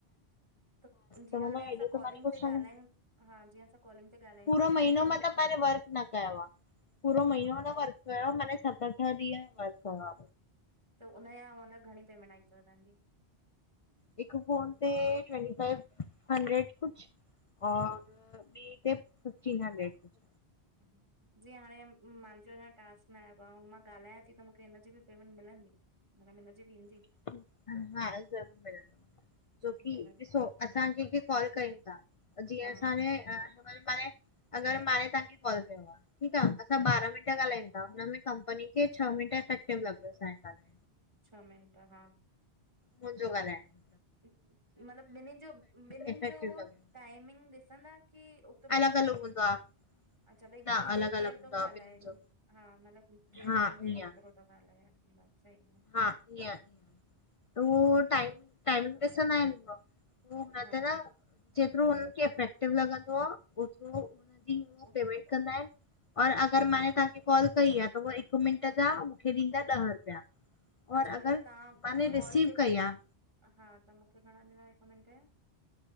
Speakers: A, on the right; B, on the left.
A: त जीअं
B: त मतिलबु
A: हाणे असां
B: हेॾो
A: कॉलिंग
B: त माने कुझु
A: ते ॻाल्हायूं,
B: न
A: हा जीअं असां कॉलिंग ते ॻाल्हायूं
B: पूरो
A: ता त हिनजी
B: महीनो
A: बि
B: मतिलबु माने वर्क न कयो आहे पूरो महीनो न वर्क कयो आ माने सत अठ ॾींहं वर्क कयो आ।
A: त उन्हया हुन घणीं पेमेंट आई तव तहांजी?
B: हिकु फोन ते ट्वंटी फावफ हंड्रेड कुछ और ॿि ते फिफ्टीन हंड्रेड कुछ
A: अच्छा अच्छा जीयं हाणे मांजो अंञां टास्क न आयो आ अंउं मां ॻाल्हायां ती त मुखे हिनजी बि पेमेंट मिलंदी? हिनमें हिनजी बी ईदी?
B: हा ज़रूर मिलंदो आ जोकी
A: मिलंदी
B: ॾिसो असां केंखें काल कयूं ता जींअ
A: हा
B: असांने अ वरी माने अगर माने तहांखे कॉल कयो आ ठीक आ असां ॿारहां मिंट ॻाल्हायू ता हुनमे कंपनी खे छह मिंट इफेक्टिव लॻदो असांजो ॻाल्हाइण
A: छह मिंट हा।
B: मुन्जो ॻाल्हांइण
A: मतलब ॿिन्हिनि जो ॿिन्हिनि
B: इफेक्टिव
A: जो उहो
B: लॻियो
A: टाइमिंग ॾिसंदा की ओतिरो
B: अलॻि
A: ओतिरो
B: अलॻि
A: ई
B: हूंदो आहे
A: अच्छा भई
B: न
A: घणीं
B: अलॻि
A: देरि केर
B: अलॻि हूंदो
A: तो
B: आहे
A: ॻाल्हाएन
B: ॿिन्हिनि जो
A: हा मतलब केरु
B: हा
A: घणीं देर
B: ईअं
A: केतिरो त ॻाल्हायान मतलब सही आ।
B: हा ईअं -ईअं, त उहो टाइम टाइमिंग ॾिसंदा इनि हुंव हु नत
A: हा।
B: न जेतिरो हुननि खे अफेक्टिव लॻंदो आ ओतरो उननि खे जी उव
A: ओ
B: पेमेंट कंदा
A: ओ
B: इनि और अगर माने तहांखे कॉल कई आ त उहा हिक मिंट जा मुखे ॾींदा ॾह रुपया
A: अच्छा
B: और
A: मतलब
B: अगरि
A: तहां
B: माने
A: कॉल
B: रिसीव
A: जेको
B: कई आहे
A: हा त मुखे घणां ॾींदा हिक मिंट या